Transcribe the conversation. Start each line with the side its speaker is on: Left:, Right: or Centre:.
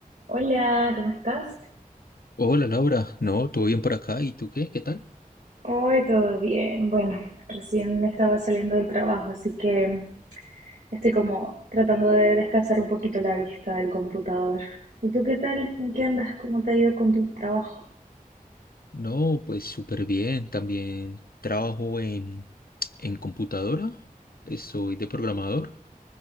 Right: Hola, ¿cómo estás?
Left: Hola Laura, no, todo bien por acá. ¿Y tú qué? ¿Qué tal?
Right: Hoy todo bien. Bueno, recién estaba saliendo del trabajo, así que estoy como tratando de descansar un poquito la vista del computador. ¿Y tú qué tal? ¿En qué andas? ¿Cómo te ha ido con tu trabajo?
Left: No, pues súper bien. También trabajo en, en computadora. eh, Soy de programador,